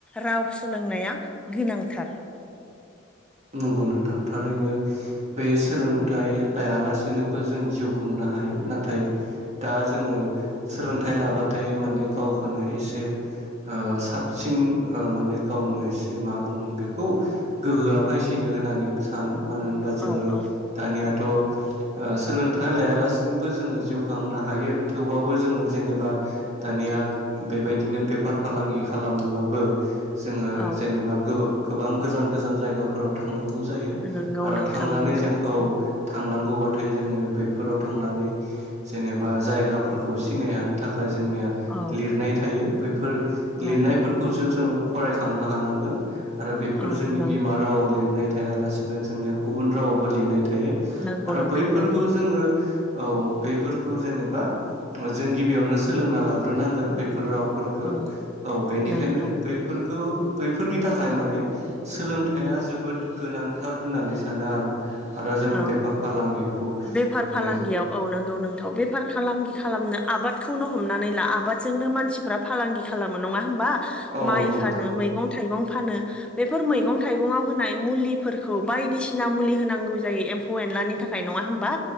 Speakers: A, in the centre; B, on the right (about 35°).
A: राव सोलोंनाया गोनांथार।
B: <inaudible> नंगौ नोंथां थारैनो बे सोलोंथाइ लायालासेनोबो जों जिउ खुंनो हायो नाथाय दा जोङो सोलोंथाइ लाबाथाय माने गावखौनो एसे ओ साबसिन ओ माने गावनो एसे मा बुंगोन बेखौ गोहोआ फोयसिनो होननानै सानो मानो होनबा जोङो
A: औ औ
B: दानिया थ' ओ सोलोंथाइ लायालासिनोबो जोङो जिउ खांनो हायो थेवबाबो जोङो जेनेबा दानिया बेबायदिनो बेफार फालांगि खालामनोबाबो जोङो
A: औ
B: जेनेबा गोबां गोजान गोजान जायगाफोराव थांनांगौ जायो
A: नंगौ
B: आरो
A: नोंथां
B: थांनानै
A: नंगौ
B: जों औ थांनांगौबाथाय जोङो बैफोराव थांनानै जेनेबा जायगाफोरखौ सिनायहानो थाखाय जोंनिया
A: औ
B: लिरनाय थायो बैफोर
A: औ
B: लिरनायफोरखौसो जोङो फरायखांनो हानांगोन आरो बेफोर
A: औ
B: जोंनि
A: नंगौ
B: बिमा रावाव लिरनाय थायालासेनो जोंनिया गुबुन रावावबो लिरनाय थायो
A: नंगौ
B: आरो
A: नोंथां
B: बैफोरखौ
A: नंगौ
B: जोङो औ बफोरखौ जेनेबा जों गिबियावनो सोलोंना लाग्रोनांगोन बैफोर राव फोरखौ
A: औ
B: औ बेनिखायनो
A: नंगौ
B: बैफोरखौ बैफोरनि थाखाय माने सोलोंथाइया जोबोद गोनांथार होननानै सानो आरो आरो जोङो
A: औ
B: बेफार फालांगिखौ
A: बेफार
B: माने
A: फालांगियाव औ नंगौ नोंथां बेफार फालांगि खालामनो आबादखौनो हमनानै ला आबादजोंनो मानसिफ्रा फालांगि खालामो नङा होमबा?
B: औ
A: माइ
B: नंगौ नोंथां
A: फानो मैगं थाइगं फानो बेफोर मैगं थाइगंआव होनाय मुलिफोरखौ बायदिसिना मुलि होनांगौ। जायो एम्फौ एनलानि थाखाय नङा होमबा